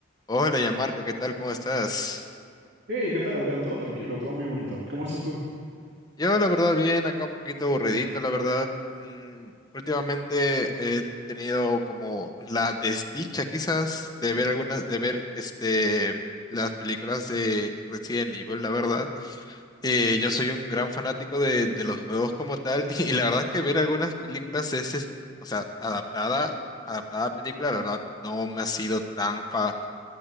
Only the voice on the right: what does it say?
Hey, ¿qué tal, Adrián? Todo tranquilo, todo muy bonito. ¿Cómo estás tú?